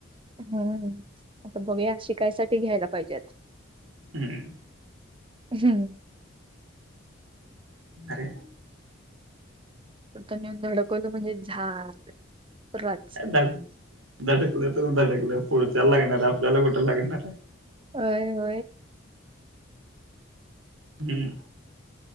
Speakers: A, on the right; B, on the right.
A: हम्म आता बघूया शिकायसाठी घ्यायला पाहिजेत,
B: हम्म,
A: हम्, <inaudible>
B: अरे
A: कुठं नेऊन धडकवलं म्हणजे झालं पुराच
B: धड धडकलं तर धडकलं पुढच्याला लागणार आहे आपल्याला कुठे लागणार आहे.
A: होय होय
B: हम्म